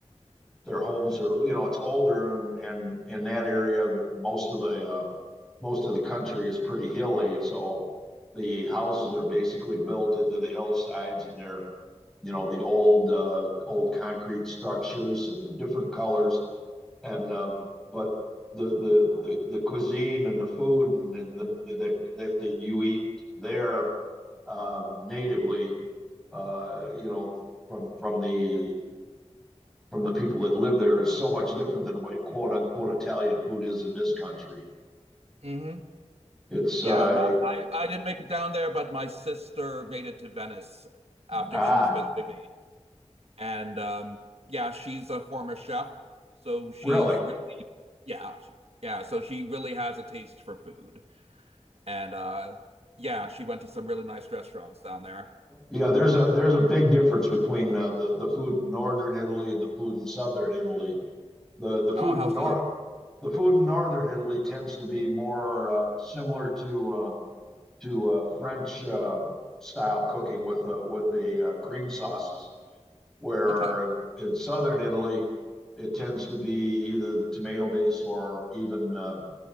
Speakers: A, in the centre; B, on the right (about 60°).
A: their homes are you know it's older and and in that area most of the uh, most of the country is pretty hilly, so the houses are basically built into the hillsides and they're you know the old uh, old concrete structures and different colors and um, but the, the the the cuisine and the food and the, the that that that you eat there uh, natively, uh, you know, from from the from the people that live there is so much different than what quote unquote Italian food is in this country.
B: Mm-hmm.
A: It's
B: Yeah,
A: uh,
B: my, I, I didn't make it down there, but my sister made it to Venice after
A: ah,
B: she was visiting me. And um, yeah, she's a former chef, so she's
A: really.
B: really, yeah, she- yeah, so she really has a taste for food. And uh, yeah, she went to some really nice restaurants down there.
A: Yeah, there's a there's a big difference between uh, the the food in northern Italy and the food in southern Italy. The the food
B: Oh, how
A: in
B: so?
A: north the food in northern Italy tends to be more uh, similar to uh, to uh, French uh, style cooking with the with the uh, cream sauces, where
B: Okay.
A: in southern Italy it tends to be either tomato based or even uh,